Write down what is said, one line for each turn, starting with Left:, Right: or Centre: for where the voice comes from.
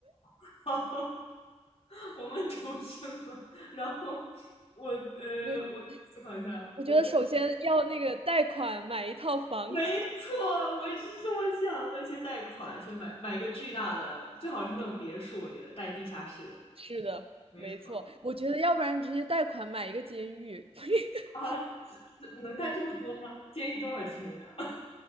Left: <laughs> <laughs> 我们独生了，然后我呃，
Right: 我
Left: 我思考一下，
Right: 我觉得首先要那个贷款买一套房子，
Left: 我觉得没错，我也是这么想的。先贷款，先买买个巨大的，最好是那种别墅，我觉得带地下室的，
Right: <laughs> 是的，
Left: 没错。
Right: 没错。我觉得要不然直接贷款买一个监狱，<laughs>
Left: 啊，这这能贷这么多吗？监狱多少钱啊？